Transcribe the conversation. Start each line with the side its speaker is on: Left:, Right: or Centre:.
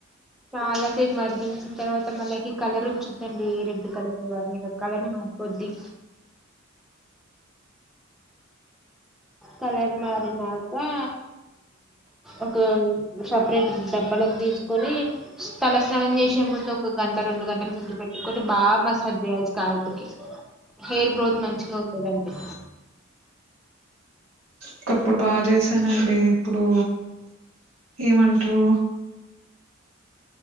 Centre: చాలా సేపు మరిగించిన తర్వాత మనకి కలర్ వచ్చద్దండి రెడ్ కలరు అని కలర్ని మారిపోద్ది కలర్ మారిన ఆ ఒక సపరేట్ డబ్బలకి తీ కొని తల స్నానం చేసే ముందు ఒక గంట రెండు గంటల ముందు పెట్టుకొని బాగా మసాజ్ చేయాల్సిది కాయలతోటి హెయిర్ గ్రోత్ మంచిగా అవ్ కదండి
Right: ఒకప్పుడు బాగా చేసానండి ఇప్పుడు ఏమంట్రు